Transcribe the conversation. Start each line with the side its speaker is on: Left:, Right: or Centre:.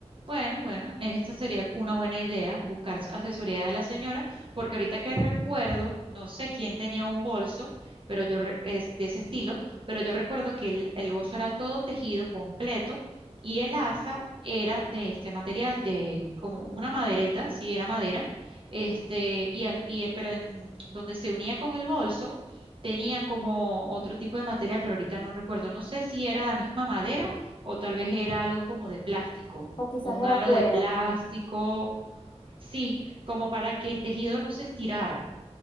Right: Bueno, bueno, esta sería una buena idea, buscar su- asesoría de la señora, porque ahorita que recuerdo, no sé quién tenía un bolso, pero yo re- es de ese estilo, pero yo recuerdo que el, el bolso era todo tejido completo y el asa era de este material, de como una maderita, sí, era madera, este, y, al- y eh, pero en donde se unía con el bolso tenía como otro tipo de material, pero ahorita no recuerdo, no sé si era la misma madera o tal vez era algo como de plástico
Left: O quizás
Right: un
Left: era
Right: aro
Left: cuero.
Right: de plástico, sí, como para que el tejido no se estirara.